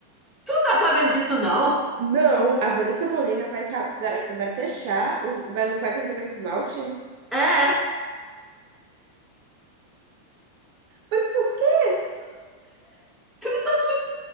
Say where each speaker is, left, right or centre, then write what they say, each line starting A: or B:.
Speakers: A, in the centre; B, on the right (about 50°).
A: Tu tá sabendo disso, não?
B: Não, a Vanessa Molina vai, ca- vai, vai fechar, os- vai, não vai vender mais esmalte?
A: É, é.
B: Mas por que? Eu
A: Eu não sabia.